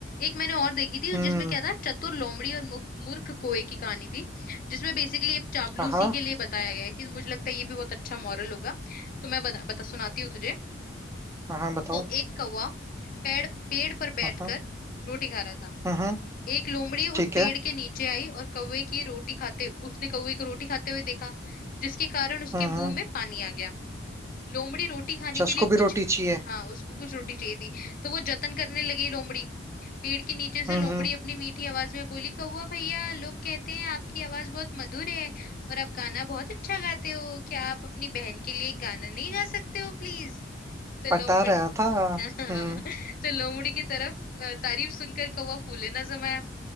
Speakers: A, on the left; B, on the right.
A: एक मैंने और देखी थी
B: हम्म
A: जिसमें क्या था चतुर लोमड़ी और मु- मूर्ख कोए की कहानी थी जिसमें बेसिकली चापलूसी
B: हाँ
A: के लिए बताया गया है कि मुझे लगता है ये भी बहुत अच्छा मॉरल होगा तो मैं बता, बता सुनाती हूँ तुझे
B: हाँ बताओ
A: तो एक कौवा पेड़ पेड़ पर बैठकर
B: हाँ
A: रोटी खा रहा था
B: हम्म
A: एक लोमड़ी
B: ठीक
A: उस पेड़
B: है
A: के नीचे आई और कौवे की रोटी खाते उसने कौवे को रोटी खाते हुए देखा जिसके कारण उसके
B: हम्म
A: मुंह में पानी आ गया लोमड़ी रोटी खाने
B: चस्को
A: के लिए कुछ
B: भी रोटी चाहिए
A: हाँ उसको कुछ रोटी चाहिए थी तो वो जतन करने लगी लोमड़ी पेड़ के नीचे से
B: हम्म
A: लोमड़ी अपनी मीठी आवाज में बोली कौवा भैया लोग कहते हैं आपकी आवाज बहुत मधुर है और आप गाना बहुत अच्छा गाते हो क्या आप अपनी बहन के लिए गाना नहीं गा सकते हो प्लीज
B: <laughs>
A: तो
B: पटा
A: लोमड़ी
B: रहा था
A: <laughs>
B: हम्म
A: तो लोमड़ी की तरफ अ, तारीफ सुनकर कौवा फूले ना समाया